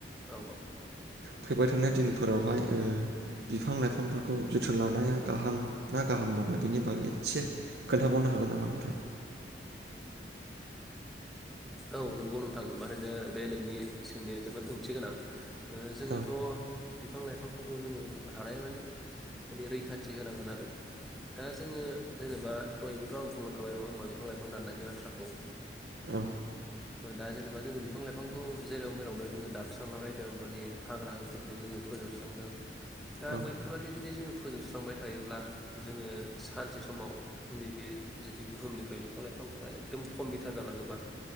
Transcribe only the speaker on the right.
फैबाय थानाय दिनफोरावहाय बिफां लाइफांफोरखौ जोथोन लानाया गाहाम ना गाहाम नङा बिनि बागै एसे खोन्थाबावनो हागोन नामा नोंथां?
औ
औ
औ